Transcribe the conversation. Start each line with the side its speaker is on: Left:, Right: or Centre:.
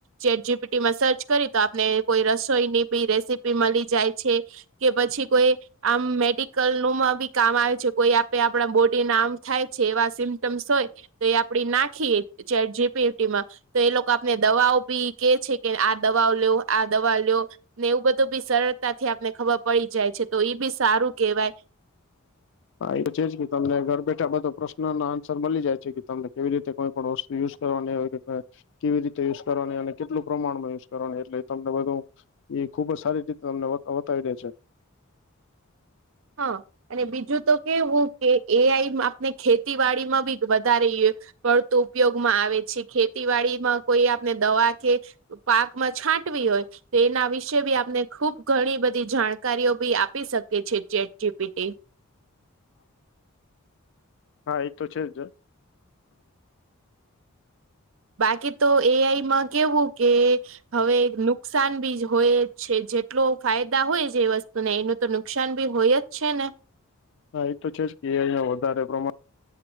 Right: જેેટ જીપીટીમાં સર્ચ કરી તો આપને કોઈ રસોઈ ની બી રેસીપી મળી જાય છે. કે પછી કોઈ આમ, મેડિકલ નું માં બી કામ આવે છે. કોઈ આપે, આપણા બોડી ના આમ થાય છે, એવા સિમ્ટમ્સ હોય તો એ આપ નાખીએ, ચ જી. પી. ટી માં. તો એ લોકો આપને દવાઓ બી કે છે કે, આ દવાઓ લેવ, આ દવા લેવ. ને એવું બધું બી સરળતાથી આપને ખબર પડી જાય છે, તો એ બી સારું કહેવાય.
Left: હા, એવું છે જ કે, તમને ઘર બેઠા બધો પ્રશ્નનો આન્સર મળી જાય છે કે, તમને કેવી રીતે કોઈ પણ યુઝ કરવાની હોય, કેવી રીતે યુઝ કરવાની? અને કેટલું પ્રમાણમાં યુઝ કરવાની, એટલે તમને બધું એ ખુબ જ સારી રીતે તમને બતાવી રહે છે.
Right: હા‌. અને બીજું તો કેવું કે, એ. આઈ આપને ખેતીવાડી માં બી વધારે પડતો ઉપયોગમાં આવે છે, ખેતીવાડી માં કોઈ આપને દવા કે પાકમાં છાંટવી હોય. તો એના વિશે બી આપને ખુબ ઘણી બધી જાણકારીઓ બી આપી શકે છે. Chat G. પી. ટી.
Left: હા, એ તો છે જ
Right: બાકી તો એ. આઈ. માં કેવું કે, હવે નુકસાન બી હોય જ છે, જેટલો ફાયદા હોય છે, એ વસ્તુને એનું તો નુકસાન બી હોય જ છે ને.
Left: હા, એ તો છે જ કે, અહીયાં વધારે પ્રમાણ